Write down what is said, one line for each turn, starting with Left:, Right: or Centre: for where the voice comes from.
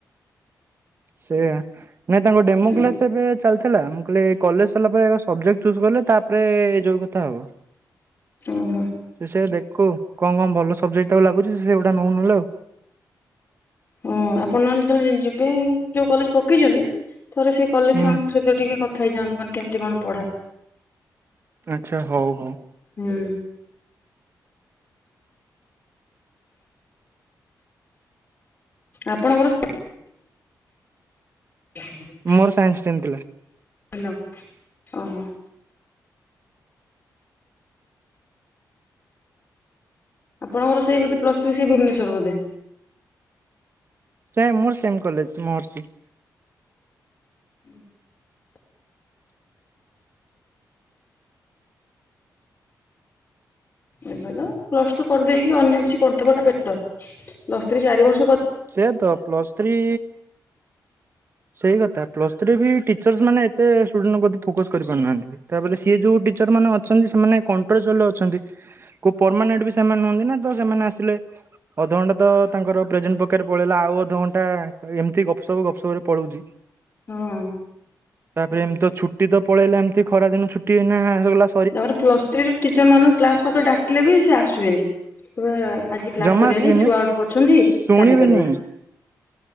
Right: ସେଇଆ ନାଇଁ ତାଙ୍କ ଡେମୁ
Left: ହୁଁ
Right: କ୍ଲାସ ଏବେ ଚାଲିଥିଲା ମୁଁ କହିଲି ଏଇ କଲେଜ ସରିଲା ପରେ ଏରା ସବଜେକ୍ଟ ଚୁଜ କଲେ ତାପରେ ଏ ଯୋଉ କଥା ଆଉ।
Left: ଓହୋ
Right: ସେ ସୟା ଦେଖୁ କଣ କଣ ଭଲ ସବଜେକ୍ଟ ତାକୁ ଲାଗୁଛି ସେଗୁଡ଼ା ନଉ ନହଲେ ଆଉ।
Left: ହଁ ଆପଣ ମାନେ ଯେତେବେଳେ ଯିବେ ଯୋଉ କଲେଜ ପକେଇଛନ୍ତି। ଥରେ ସେଇ କଲେଜ
Right: ହୁଁ
Left: ଛୁଆଙ୍କ ସହିତ ଟିକେ କଥା ହେଇଯାଆନ୍ତୁ ମାନେ କେମିତି କଣ ପଢା।
Right: ଆଚ୍ଛା ହଉ ହଉ।
Left: ହୁଁ ଆପଣଙ୍କର <unintelligible>
Right: ମୋର ସାଇନ୍ସ ଷ୍ଟ୍ରିମ ଥିଲା।
Left: ହାଲୋ ଓହୋ। ଆପଣଙ୍କର ସେଇ ବୋଧେ ପ୍ଲସଥ୍ରୀ ସେଇ ଭୁବନେଶ୍ୱର ବୋଧେ?
Right: ସେଇ ମୋର ସେମ୍ କଲେଜ ମହର୍ଷି।
Left: <inaudible> ଏବେ ତ ପ୍ଲସ ଟୁ କରିଦେଇକି ଅନ୍ୟ କିଛି କରିଦବା ଟା ବେଟର ପ୍ଲସ ଥ୍ରୀ ଚାରି ବର୍ଷ କ
Right: ସେୟାତ ପ୍ଲସ ଥ୍ରୀ ସେଇ କଥା ପ୍ଲସ୍ ଥ୍ରୀ ରେ ବି ଟିଚର୍ସ ମାନ ଏତେ ଷ୍ଟୁଡେଣ୍ଟ ପତି ଫୋକସ୍ କରିପାରୁନାହାନ୍ତି। ତାପରେ ସିଏ ଯୋଉ ଟିଚର ମାନେ ଅଛନ୍ତି ସେମାନେ କଣ୍ଟ୍ରୋଚୁଆଲ୍ ରେ ଅଛନ୍ତି। କୋଉ ପରମାନେଣ୍ଟ୍ ବି ସେମାନେ ନୁହନ୍ତି ନାଁ ତ ସେମାନେ ଆସିଲେ ଅଧଘଣ୍ଟେ ତ ତାଙ୍କର ପ୍ରେଜେଣ୍ଟ୍ ପକାରେ ପଳେଇଲା ଆଉ ଅଧଘଣ୍ଟା ଏମତି ଗପସପ ଗପସପରେ ପଲଉଚି।
Left: ହଁ।
Right: ତାପରେ ଏମତି ତ ଛୁଟି ତ ପଳେଇଲା ଏମତି ଖରା ଦିନ ଛୁଟି ଏଇନା ସବୁ ଲା
Left: ତାପରେ ପ୍ଲସ୍ ଥ୍ରୀ ରେ ଟିଚର୍ ମାନଙ୍କୁ କ୍ଲାସ୍ ମତ ଡାକିଲେ ବି ସିଏ ଆସିବେନି। କହିବେ ଆଜି କ୍ଲାସ୍
Right: ଜମା
Left: କରିବାନେଇ
Right: ଆସିବେନି
Left: ଛୁଆ ଅଳ୍ପ ଅଛନ୍ତି
Right: ଶୁଣିବେନି
Left: କାଲି କରିବା।